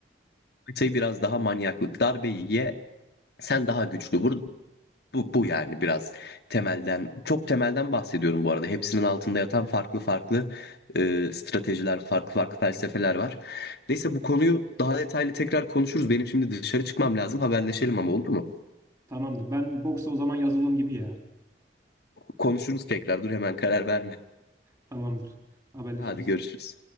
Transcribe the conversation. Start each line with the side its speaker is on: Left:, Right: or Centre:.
Left: Muay Thai biraz daha manyaklık. Darbeyi ye, sen daha güçlü vur. Bu, bu yani biraz temelden, çok temelden bahsediyorum bu arada. Hepsinin altında yatan farklı farklı e, stratejiler, farklı farklı felsefeler var. Neyse bu konuyu daha detaylı tekrar konuşuruz. Benim şimdi dışarı çıkmam lazım. Haberleşelim ama olur mu?
Right: Tamamdır. Ben boksa o zaman yazılım gibi ya.
Left: Konuşuruz tekrar. Dur hemen karar verme.
Right: Tamamdır. Haberleşiriz.
Left: Hadi görüşürüz.